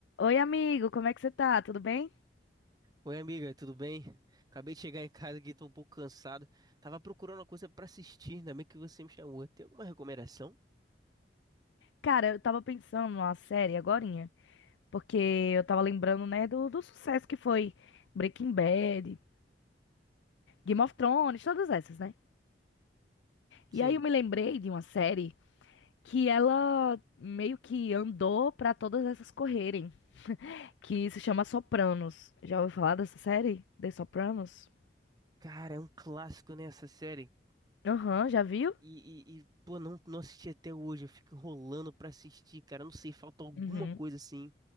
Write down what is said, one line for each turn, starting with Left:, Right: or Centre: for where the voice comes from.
Left: Oi, amigo, como é que você tá? Tudo bem?
Right: Oi, amiga, tudo bem? Acabei de chegar em casa aqui, tô um pouco cansado. Tava procurando uma coisa pra assistir, ainda bem que você me chamou. Tem alguma recomendação?
Left: Cara, eu tava pensando numa série agorinha, porque eu tava lembrando, né, do, do sucesso que foi Breaking Bad, Game of Thrones, todas essas, né? E
Right: Sim.
Left: aí eu me lembrei de uma série que ela meio que andou pra todas essas correrem, que se chama Sopranos. Já ouviu falar dessa série? The Sopranos?
Right: Cara, é um clássico, né, essa série.
Left: Aham, já viu?
Right: E, e- e, pô, não, não assisti até hoje, eu fico enrolando pra assistir, cara. Eu Não sei, falta alguma
Left: Uhum.
Right: coisa
Left: <laughs>
Right: assim